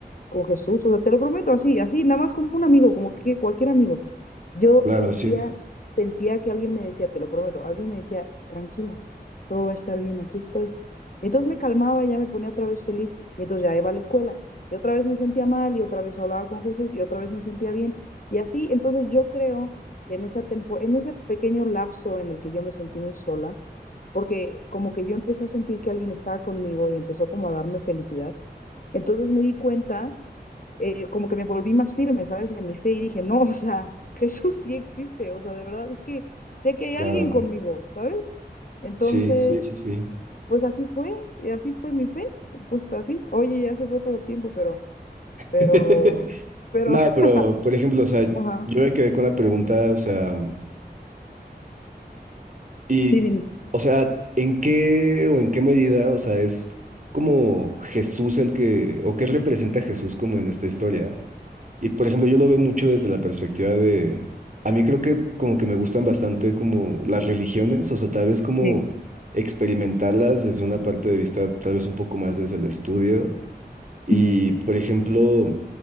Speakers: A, on the left (about 55°); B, on the right (about 50°).
A: con Jesús, o sea, te lo prometo, así, así, nada más como un amigo, como que cualquier amigo. Yo
B: claro,
A: sentía,
B: sí,
A: sentía que alguien me decía, te lo prometo, alguien me decía, tranquila, todo va a estar bien, aquí estoy. Entonces me calmaba, y ya me ponía otra vez feliz, y entonces ya iba a la escuela, y otra vez me sentía mal, y otra vez hablaba con Jesús, y otra vez me sentía bien, y así, entonces yo creo que en esa tempo, en ese pequeño lapso en el que yo me sentí muy sola, porque como que yo empecé a sentir que alguien estaba conmigo y empezó como a darme felicidad, entonces me di cuenta eh, como que me volví más firme, ¿sabes? En mi fe y dije, no, <laughs> o sea, Jesús sí existe, o sea, de verdad es que sé que hay
B: claro.
A: alguien conmigo, ¿sabes? Entonces,
B: Sí, sí, sí, sí.
A: pues así fue, y así fue mi fe, pues así, oye, ya se fue todo el tiempo, pero,
B: <laughs>
A: pero, pero,
B: No, pero,
A: <laughs>
B: por ejemplo, o sea,
A: ajá,
B: yo me quedé con la pregunta, o sea... Y,
A: Sí, dime.
B: o sea, ¿en qué o en qué medida, o sea, es como Jesús el que, o qué representa Jesús como en esta historia? Y, por ejemplo, yo lo veo mucho desde la perspectiva de, a mí creo que como que me gustan bastante como las religiones, o sea, tal vez como
A: Sí.
B: experimentarlas desde una parte de vista, tal vez un poco más desde el estudio. Y,
A: Ujú.
B: por ejemplo,